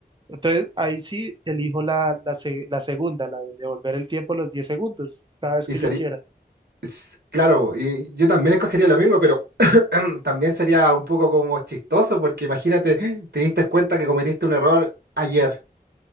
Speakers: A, on the right; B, on the right.
A: Entonces, ahí sí elijo la, la, se- la segunda, la de devolver el tiempo los 10 segundos, cada vez
B: y
A: que
B: sería.
A: yo quiera.
B: Es- Claro, y yo también escogería lo mismo, pero <clears throat> también sería un poco como chistoso, porque imagínate, te diste cuenta que cometiste un error ayer.